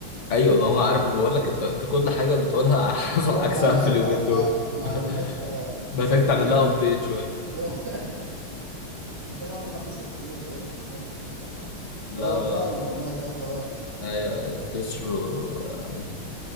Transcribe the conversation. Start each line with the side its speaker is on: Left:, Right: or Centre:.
Left: ايوه ما هو عارف بقول لك انت انت كل حاجه بتقولها <laughs> حصل
Right: اه
Left: عكسها
Right: المعلومات
Left: في اليومين
Right: آه، مع...
Left: دول
Right: معلومات
Left: <laughs>
Right: آه
Left: محتاج تعمل
Right: قديمة
Left: لها ابديت شويه
Right: <laughs> محتاج اعمل محمل سوفت وير ده ايه ده استنى
Left: لا
Right: ده هو فعلا
Left: لا
Right: والله 3 واحد
Left: ايوه ايوه خسروا